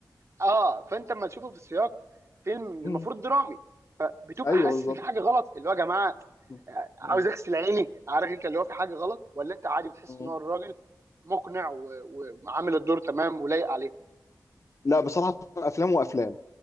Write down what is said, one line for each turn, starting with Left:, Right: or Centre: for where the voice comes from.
Right: اه فانت لما تشوفه في السياق فيلم
Left: امم
Right: المفروض درامي فبتبقى
Left: ايوه
Right: حاسس
Left: بالظبط
Right: ان في حاجه غلط اللي هو يا جماعه
Left: مم.
Right: عاوز
Left: مم.
Right: اغسل عيني عارف انت اللي هو في حاجه غلط ولا انت عادي بتحس
Left: مم.
Right: ان هو الراجل مقنع و- وعامل الدور تمام ولايق عليه
Left: لا بصراحه افلام وافلام